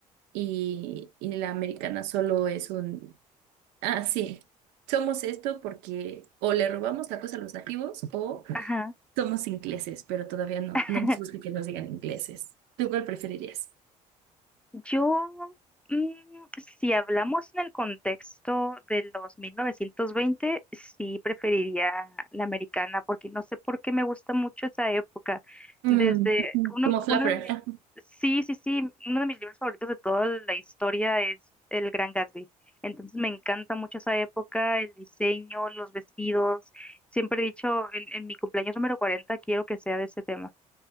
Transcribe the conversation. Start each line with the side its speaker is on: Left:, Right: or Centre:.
Right: y, y la americana solo es un Así, somos esto porque o le robamos la cosa a los nativos o
Centre: Ajá.
Right: somos ingleses, pero todavía no,
Centre: <laughs>
Right: no nos gusta que nos digan ingleses. ¿Tú cuál preferirías?
Centre: Yo, mm, si hablamos en el contexto de los 1920, sí preferiría la americana, porque no sé por qué me gusta mucho esa época.
Right: Mm,
Centre: Desde
Right: ujú.
Centre: uno,
Right: Como flapper.
Centre: uno de mis,
Right: Ajá.
Centre: sí, sí, sí, uno de mis libros favoritos de toda la historia es El Gran Gatsby. Entonces me encanta mucho esa época, el diseño, los vestidos. Siempre he dicho, en, en mi cumpleaños número 40 quiero que sea de ese tema.